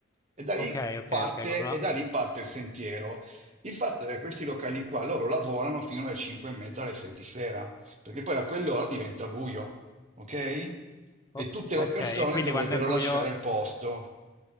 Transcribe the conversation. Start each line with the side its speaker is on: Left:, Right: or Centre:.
Right: E da lì
Left: Ok, ok,
Right: parte,
Left: ok, con una,
Right: e da lì parte il sentiero. Il fatto è che questi locali qua, loro lavorano fino alle 5 e mezza, alle 6 di sera, perché poi a quell'ora diventa buio, ok? E
Left: O-
Right: tutte
Left: ok,
Right: le persone
Left: e quindi
Right: dovrebbero
Left: quando è buio,
Right: lasciare il posto.